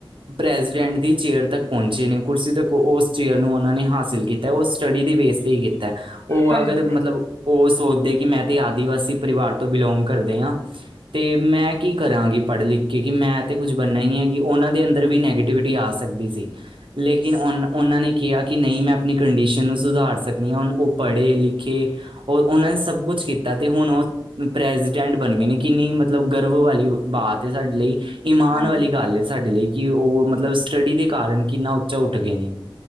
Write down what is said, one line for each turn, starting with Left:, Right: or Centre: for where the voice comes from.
Right: ਪ੍ਰੈਜੀਡੈਂਟ ਦੀ ਚੇਅਰ ਤੱਕ ਪਹੁੰਚੇ ਨੇ, ਕੁਰਸੀ ਤੱਕ ਉਸ ਚੇਅਰ ਨੂੰ ਉਹਨਾਂ ਨੇ ਹਾਸਿਲ ਕੀਤਾ, ਉਸ ਸਟੱਡੀ ਦੇ ਵੇਸ ਤੇ ਈ ਕੀਤੈ। ਉਹ
Left: ਹਾਂਜੀ
Right: ਅਗਰ ਮਤਲਬ ਉਹ ਸੋਚਦੇ ਕਿ ਮੈਂ ਤੇ ਆਦਿਵਾਸੀ ਪਰਿਵਾਰ ਤੋਂ ਬਿਲੋਂਗ ਕਰਦੇ ਆ। ਤੇ ਮੈਂ ਕੀ ਕਰਾਂਗੀ ਪੜ੍ਹ-ਲਿਖ ਕੇ, ਕਿ ਮੈਂ ਤਾਂ ਕੁਝ ਬਣਨਾ ਹੀ ਨਹੀਂ ਹੈਗੀ ਉਹਨਾਂ ਦੇ ਅੰਦਰ ਵੀ ਨੈਗੇਟਿਵਿਟੀ ਆ ਸਕਦੀ ਸੀ ਲੇਕਿਨ ਉਹਨਾਂ ਨੇ ਕਿਹਾ ਕਿ ਨਹੀਂ ਮੈਂ ਆਪਣੀ ਕੰਡੀਸ਼ਨ ਨੂੰ ਸੁਧਾਰ ਸਕ ਹੁਣ ਉਹ ਪੜ੍ਹੇ-ਲਿਖੇ, ਉਹ ਉਹਨਾਂ ਨੇ ਸਭ ਕੁਛ ਕੀਤਾ ਤੇ ਹੁਣ ਉਹ ਪ੍ਰੈਜੀਡੈਂਟ ਬਣ ਗਏ ਨੇ, ਕਿੰਨੀ ਮਤਲਬ ਗਰਭ ਵਾਲੀ ਬਾਤ ਹੈ ਸਾਡੇ ਲਈ ਏ ਮਾਨ
Left: ਹਾਂਜੀ
Right: ਵਾਲੀ
Left: ਹਾਂਜੀ
Right: ਗੱਲ ਐ ਸਾਡੇ ਲਈ ਕਿ ਉਹ ਮਤਲਬ ਸਟੱਡੀ ਦੇ ਕਾਰਨ ਕਿੰਨਾ ਉੱਚਾ ਉੱਠ ਗਏ ਨੇ।